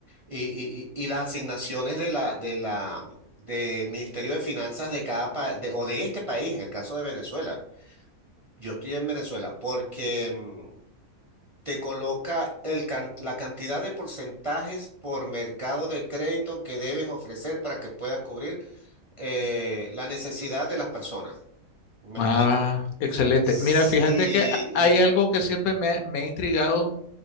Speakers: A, on the right; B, on the left.
A: y, y, y y las asignaciones de la, de la, del Ministerio de Finanzas de cada país, o de este país, en el caso de Venezuela. Yo estoy en Venezuela porque. mm, te coloca el can- la cantidad de porcentajes por mercado de crédito que debes ofrecer para que puedas cubrir eh, la necesidad de las personas. Me
B: Ah,
A: explico.
B: excelente.
A: Sí,
B: Mira, fíjate que a- hay algo
A: y-
B: que siempre me, me ha intrigado